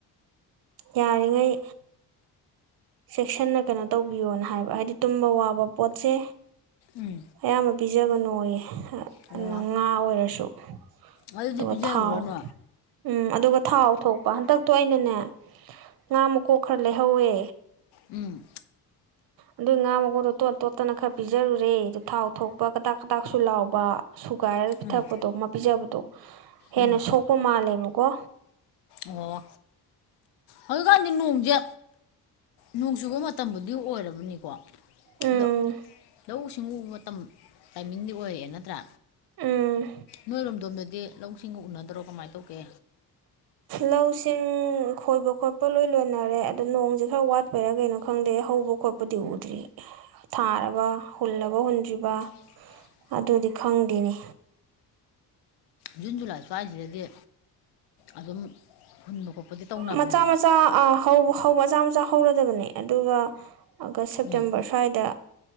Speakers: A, on the right; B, on the left.
A: ꯌꯥꯔꯤꯉꯩ ꯆꯦꯛꯁꯤꯟꯅ ꯀꯩꯅꯣ ꯇꯧꯕꯤꯌꯣꯅ ꯍꯥꯏꯕ ꯍꯥꯏꯗꯤ ꯇꯨꯝꯕ ꯋꯥꯕ ꯄꯣꯠꯁꯦ
B: ꯎꯝ
A: ꯑꯌꯥꯝꯕ ꯄꯤꯖꯕꯅꯨꯌꯦ
B: ꯑꯣ
A: ꯑꯗꯨ ꯉꯥ ꯑꯣꯏꯔꯁꯨ
B: ꯑꯗꯨꯗꯤ
A: ꯑꯗꯨꯒ
B: ꯄꯤꯖꯔꯨꯔꯅꯨ
A: ꯊꯥꯎ ꯎꯝ ꯑꯗꯨꯒ ꯊꯥꯎ ꯊꯣꯛꯄ ꯍꯟꯗꯛꯇꯣ ꯑꯩꯅꯅꯦ ꯉꯥ ꯃꯨꯀꯣꯛ ꯈꯔ ꯂꯩꯍꯧꯋꯦ
B: ꯎꯝ
A: ꯑꯗꯨ ꯉꯥ ꯃꯈꯀꯨꯗꯣꯇꯣꯠ ꯇꯣꯠꯇꯅ ꯈꯔ ꯄꯤꯖꯔꯨꯔꯦ ꯑꯗ ꯊꯥꯎ ꯊꯣꯛꯄ ꯀꯇꯥꯥꯛ ꯀꯇꯥꯛꯁꯨ ꯂꯥꯎꯕ ꯁꯨꯒꯥꯏꯔꯒ ꯄꯤꯊꯛꯄꯗꯣ
B: ꯎꯝ
A: ꯃꯥ ꯄꯤꯖꯕꯗꯣ ꯍꯦꯟꯅ
B: ꯎꯝ
A: ꯁꯣꯛꯄ ꯃꯥꯜꯂꯦꯕꯀꯣ
B: ꯑꯣ ꯍꯧꯖꯤꯛꯀꯥꯟꯗꯤ ꯅꯣꯡꯁꯦ ꯅꯣꯡ ꯆꯨꯕ ꯃꯇꯝꯗꯨ ꯑꯗꯨ ꯑꯣꯏꯔꯕꯅꯤꯀꯣ
A: ꯎꯝ
B: ꯑꯗꯣ ꯂꯧꯁꯤꯡ ꯁꯤꯡꯎꯕ ꯃꯇꯝ ꯇꯥꯏꯃꯤꯡꯗꯤ ꯑꯣꯏꯔꯛꯑꯦ ꯅꯠꯇ꯭ꯔꯥ
A: ꯎꯝ
B: ꯅꯣꯏꯔꯣꯝꯗꯣꯝꯗꯗꯤ ꯂꯧꯁꯤꯡꯒ ꯎꯅꯗ꯭ꯔꯣ ꯀꯃꯥꯏꯅ ꯇꯧꯒꯦ
A: ꯂꯧꯁꯤꯡ ꯈꯣꯏꯕ ꯈꯣꯠꯄ ꯂꯣꯏ ꯂꯣꯏꯅꯔꯦ ꯑꯗꯨꯣ ꯅꯣꯡꯁꯦ ꯈꯔ ꯋꯥꯠꯄꯩꯔꯥ ꯀꯩꯅꯣ ꯈꯪꯗꯦ ꯍꯧꯕ ꯈꯣꯠꯄ ꯑꯇꯣꯞꯄꯗꯤ ꯎꯗ꯭ꯔꯤ ꯊꯥꯔꯕ ꯍꯨꯜꯂꯒ ꯍꯨꯟꯗ꯭ꯔꯤꯕ
B: <inaudible>
A: ꯑꯗꯨꯗꯤ ꯈꯪꯗꯦꯅꯤ
B: ꯖꯨꯟ ꯖꯨꯂꯥꯏꯁꯨꯋꯥꯏꯁꯤꯗꯗꯤ ꯑꯗꯨꯝ ꯍꯨꯟꯕ ꯈꯣꯠꯄꯗꯤ ꯇꯧꯅꯕꯅꯦꯕ
A: ꯃꯆꯥ ꯃꯆꯥ ꯍꯧꯕ ꯃꯆꯥ ꯃꯆꯥ ꯍꯧꯔꯗꯕꯅꯦ ꯑꯗꯨꯒ ꯑꯥꯒꯁ ꯁꯦꯞꯇꯦꯝꯕꯔ
B: ꯎꯝ
A: ꯁ꯭ꯋꯥꯏꯗ